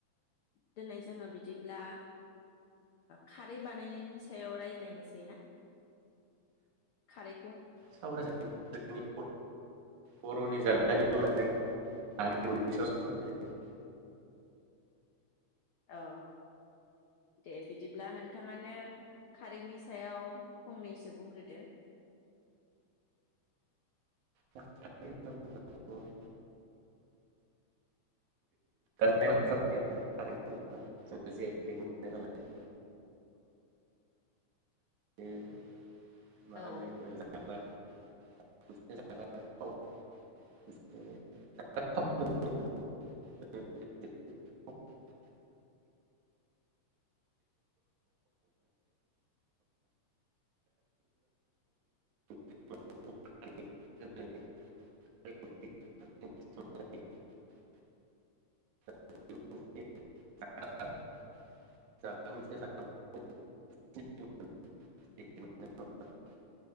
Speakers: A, on the left; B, on the right.
A: दिनै जोङो बिदिब्ला खारै बानायनायनि सायाव रायज्लायनोसै ना, खारै
B: सावराय जायो‌ जोंनि बरनि जानाय लोंनाय। ओमफाय आरिमुनि सायाव सावराय जायो।
A: औ दे बिदिब्ला नोंथाङानो खारैनि सायाव फंनैसो बुंग्रोदो।
B: जों उावनो‌ <unintelligible> आरोोना कारेन्ट बुङोब्ला जों ज मोननाय नालाय। बेनो मा
A: औ
B: होनो बेखो जागारना <unintelligible> <inaudible> मोनसे <inaudible>